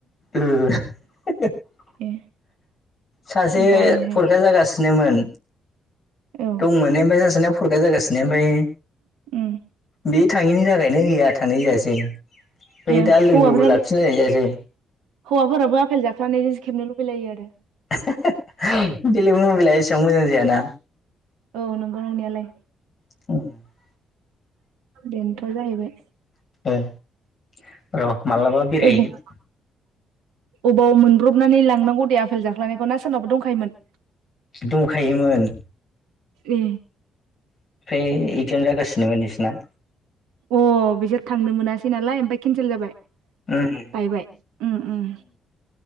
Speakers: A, on the left; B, on the right.
A: ओ <unintelligible>
B: ए
A: सासे
B: आं बायोहाय
A: फरखा जागासिनोमोन
B: औ
A: दंमोननो ओमफफ्राय सासेना फरखा जागासिनो ओमफ्राय
B: उम
A: बे थाङैनि थाखायनो गैया थानाय जायासै ओमफ्राय
B: ए
A: दा लोगोबो
B: हौवाफोराबो
A: लाफिनलायनाय जायासै
B: हौवाफोराबो आफेल जाख्ल'नायजोंसो खेबनो लुबैलायो आरो
A: <unintelligible> बेलेग मबाइला एसेबां मोजां जायाना
B: औ नोंगौ नंनायालाय
A: <unintelligible>
B: बेनोथ' जाहैबाय।
A: <unintelligible> र' माब्लाबा बेरायहैगोन
B: अबाव अबाव मोनब्रबनानै लांनांगौ दे आफेल जाख्लनायखौ ना सोरनावबा दंखायोमोन
A: दंखायोमोन
B: ए
A: ओमफ्राय एगजाम जागासिनोमोन बिसिना
B: अ बिसोर थांनो मोनासै नालाय ओमफ्राय केनसेल जाबाय
A: उम
B: बाय बाय उम उम